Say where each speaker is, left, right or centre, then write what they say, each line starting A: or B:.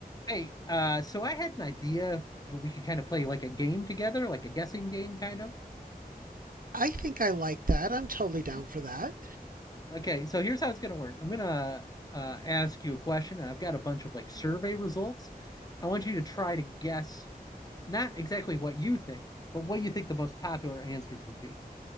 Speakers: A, on the left; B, on the right.
A: Hey, uh, so I had an idea that we could kind of play like a game together, like a guessing game, kind of.
B: I think I like that. I'm totally down
A: Mhm.
B: for that.
A: Okay, so here's how it's gonna work. I'm gonna uh, ask you a question, and I've got a bunch of like survey results. I want you to try to guess not exactly what you think, but what you think the most popular answers would be.